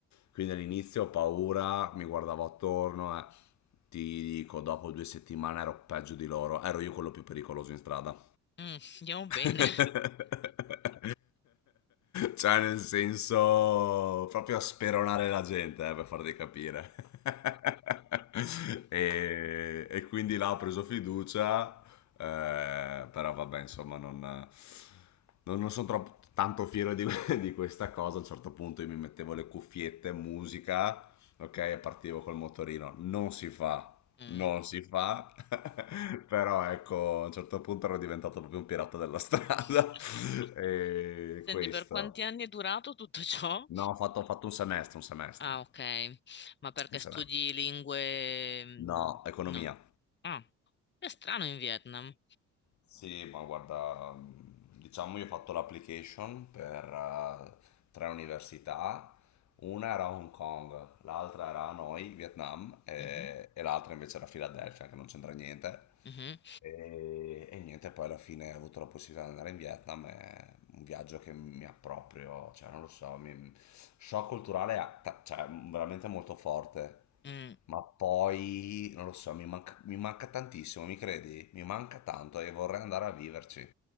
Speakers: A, on the left; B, on the left.
A: Quindi all'inizio ho paura, mi guardavo attorno e ti dico, dopo due settimane ero peggio di loro, ero io quello più pericoloso in strada.
B: Mm, andiamo
A: <laughs>
B: bene.
A: Cioè, nel senso, proprio a speronare la gente, eh, per farti capire. <laughs> E, e quindi là ho preso fiducia, eh, però vabbè, insomma, non, non- non sono troppo, tanto fiero di, <laughs> di questa cosa. A un certo punto io mi mettevo le cuffiette, musica, ok, e partivo col motorino. Non si fa
B: Mm.
A: non si fa, <laughs> però ecco, a un certo punto ero diventato proprio un pirata della strada.
B: <laughs>
A: <laughs> E
B: Senti,
A: questo.
B: per quanti anni è durato tutto ciò?
A: No, ho fatto, ho fatto un semestre, un semestre,
B: Ah, ok. Ma perché
A: un
B: studi
A: semestre.
B: lingue... mm,
A: No, economia.
B: No. Ah, è strano in Vietnam.
A: Sì, ma guarda, diciamo io ho fatto l'application per eh, tre università Una era Hong Kong, l'altra era Hanoi, Vietnam, e,
B: Mhm,
A: e l'altra invece era Filadelfia, che non c'entra niente.
B: mhm.
A: E, e niente, poi alla fine ho avuto la possibilità di andare in Vietnam, è un viaggio che mi ha proprio, cioè non lo so, mi, shock culturale a- ta- cioè, veramente molto forte,
B: Mm.
A: ma poi non lo so, mi manca, mi manca tantissimo, mi credi? Mi manca tanto e vorrei andare a viverci.